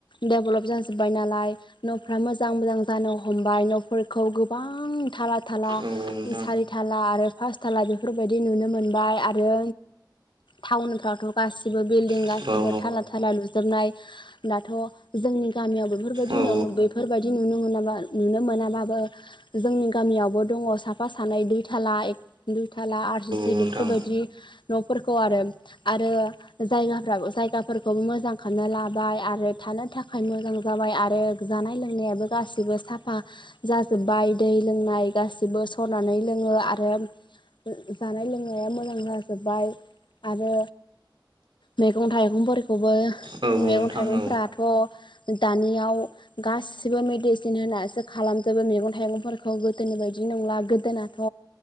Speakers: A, on the left; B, on the right.
A: डेभलप जाजोब्बाय नालाय न'फ्रा मोजां मोजां जानो हमबाय न'फोरखौ गो बां थाला थाला
B: औ नोंथां
A: सारि थाला आरो पास थाला बेफोरबायदि नुनो मोनबाय आरो टाउनफ्रावथ' गासिबो बिल्डिं
B: औ
A: गासिबो
B: औ
A: थाला थाला लुजोबनाय दाथ' जोंनि गामियाव बेफोरबायदि
B: औ नोंथां औ
A: न बेफोरबायदि नुनो मोनाबा नुनो मोनाबाबो जोंनि गामियावबो दङ साफा सानै दुइ थाला एक दुइ थाला आर सि सि
B: नोंथां
A: बेफोरबायदि न'फोरखौ आरो आरो जायगाफ्राबो जायगाफोरखौबो मोजां खालामनो लाबाय आरो थानो थाखाय मोजां जाबाय आरो जानाय लोंनायाबो गासिबो साफा जाजोब्बाय दै लोंनाय गासिबो सरनानै लोङो आरो जानाय लोंनाया मोजां जाजोबबाय आरो मेगं थाइगंफोरखौबो
B: औ
A: मेगं
B: औ नोंथां
A: थाइगंफोरा
B: औ
A: थ' दानियाव गासिबो मेडिसिन होनासो खालामजोबो मैगं थाइगंफोर खौ गोदोनि बायदि नंला गोदोनाथ'